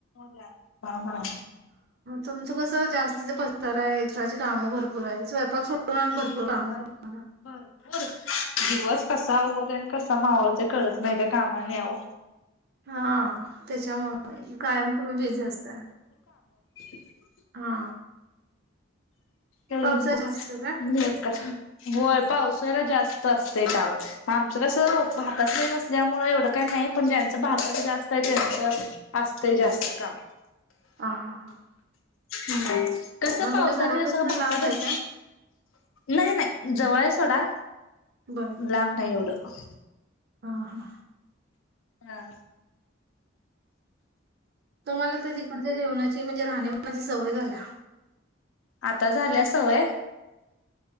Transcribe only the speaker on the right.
तुमचं कसं जास्तीच पसार आहे एक्स्ट्राचे कामं भरपूर आहे स्वयंपाक सोडून आणि भरपूर
काम आहे तुम्हाला
हा त्याच्यामुळे कायम तुम्ही बिझी असता
हा
पावसात जास्त काय
हा हा हा
मग
तुमच्या घरापासून
लांब आहे का?
बर
हा -हा
तम्हाला तिकडच्या जेवणाची म्हणजे राहणीमानाची सवय झालीये.